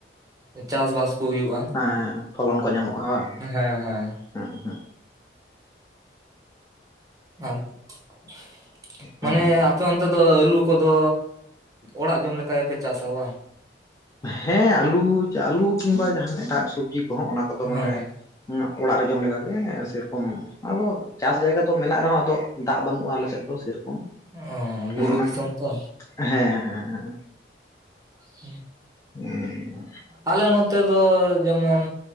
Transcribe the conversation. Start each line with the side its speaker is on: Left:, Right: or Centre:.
Right: ᱪᱟᱥ ᱵᱟᱥ ᱠᱚ ᱦᱩᱭᱩᱜᱼᱟ᱾
Left: ᱦᱮᱸ ᱯᱷᱚᱞᱚᱱ ᱠᱚ ᱧᱟᱢᱚᱜᱼᱟ ᱵᱟᱝ,
Right: ᱦᱮᱸ ᱦᱮᱸ᱾
Left: ᱦᱩᱸ ᱦᱩᱸ
Right: <inaudible>
Left: ᱦᱩᱸ
Right: ᱢᱟᱱᱮ ᱟᱯᱮ ᱚᱱᱛᱮ ᱫᱚ ᱟᱹᱞᱩ ᱠᱚᱫᱚ ᱚᱲᱟᱜ ᱡᱚᱢ ᱞᱮᱠᱟ ᱜᱮᱯᱮ ᱪᱟᱥᱟ ᱵᱟᱝ?
Left: ᱦᱮᱸ ᱟᱹᱞᱩ ᱟᱹᱞᱩ ᱠᱤᱢᱵᱟ ᱡᱟᱦᱟᱸᱱ ᱮᱴᱟᱜ ᱥᱚᱵᱽᱡᱤ ᱠᱚᱦᱚᱸ ᱚᱱᱟ ᱠᱚᱫᱚ
Right: ᱦᱮᱸ
Left: ᱢᱟᱱᱮ ᱦᱩᱸ ᱚᱲᱟᱜ ᱨᱮ ᱡᱚᱢ ᱞᱮᱠᱟᱜᱮ ᱥᱮᱨᱚᱠᱚᱢ, ᱟᱫᱚ ᱪᱟᱥ ᱡᱟᱭᱜᱟ ᱫᱚ ᱢᱮᱱᱟᱜ ᱨᱮᱦᱚᱸ ᱟᱫᱚ ᱫᱟᱜᱽ ᱵᱟᱹᱱᱩᱜᱼᱟ ᱟᱞᱮᱥᱮᱜ ᱫᱚ ᱥᱮᱨᱚᱠᱚᱢ᱾
Right: ᱚ ᱵᱩᱨᱩ
Left: ᱦᱚᱸᱜᱼᱱᱟ
Right: ᱫᱤᱥᱚᱢ
Left: ᱜᱮ,
Right: ᱛᱚ
Left: ᱦᱮᱸ ᱦᱮᱸ ᱦᱮᱸ
Right: ᱦᱩᱸ,
Left: <unintelligible> ᱢᱟ
Right: ᱟᱞᱮ ᱱᱚᱛᱮ ᱫᱚ ᱡᱮᱢᱚᱱ